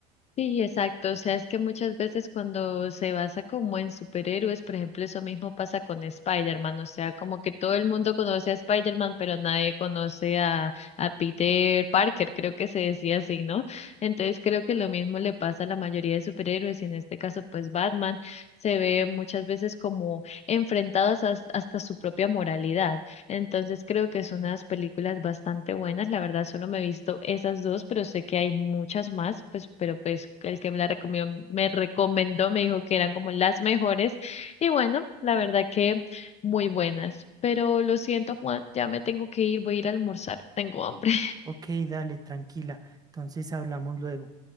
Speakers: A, on the left; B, on the right.
A: Sí, exacto. O sea, es que muchas veces cuando se basa como en superhéroes, por ejemplo, eso mismo pasa con Spider-Man. O sea, como que todo el mundo conoce a Spider-Man, pero nadie conoce a, a Peter Parker, creo que se decía así, ¿no? Entonces creo que lo mismo le pasa a la mayoría de superhéroes y en este caso, pues Batman se ve muchas veces como enfrentadas hasta su propia moralidad. Entonces creo que son unas películas bastante buenas. La verdad, solo me he visto esas dos, pero sé que hay muchas más, pues, pero pues el que me la recomendó, me recomendó, me dijo que eran como las mejores. Y bueno, la verdad que muy buenas. Pero lo siento, Juan, ya me tengo que ir, voy a ir a almorzar, tengo hambre.
B: Ok, dale, tranquila. Entonces hablamos luego.